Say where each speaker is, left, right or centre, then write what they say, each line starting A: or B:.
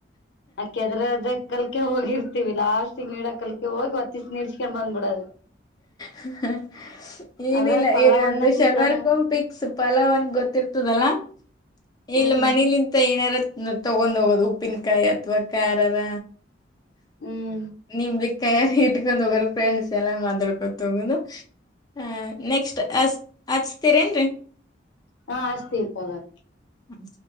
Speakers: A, on the left; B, on the left.
A: ಆ ಕೆದ್ರದ ಕಲ್ಕೆ ಹೋಗಿರ್ತಿವಿ ಲಾಸ್ಟ್ಗ ನೀಡಾಕ ಕಲ್ಕೆ ಹೋಗಿ ನೀಡಿಸಿಕೊಂಡು ಬಂದ ಬಿಡೋದು.
B: ಹ ಹಾ ಏನಿಲ್ಲ
A: ಅದ್ರಾಗ ಪಲಾವನ್ನ
B: ಶನಿವಾರಕ
A: ಚಿತ್ರಾನ್ನ
B: ಪಿಕ್ಸ್ ಪಲಾವ್ ಒಂದ್ ಗೊತ್ತಿರ್ತದಲ್ಲಾ.
A: ಹ್ಮ್
B: ಇಲ್ಲಿ ಮನಿಲಿಂತ ಏನಾರ ತಗೊಂಡ್ ಹೋಗೋದು ಉಪ್ಪಿನಕಾಯಿ ಅಥವಾ ಖಾರರ
A: ಹ್ಮ್
B: ನಿಂಬಿ ಕಾಯಿ ಇಟ್ಕೊಂಡ್ ಹೋಗರು ಫ್ರೆಂಡ್ಸ್ ಎಲ್ಲಾ ಮಾತಾಡ್ಕೊತೋಗೋದು ಹ ನೆಕ್ಸ್ಟ್ ಅ ಹಚ್ತೀರೇಏನ್ರರಿ
A: ಹಾ ಹಚ್ಚಿತೀವಿ ತೊಗೋರಿ
B: ಹ್ಮ್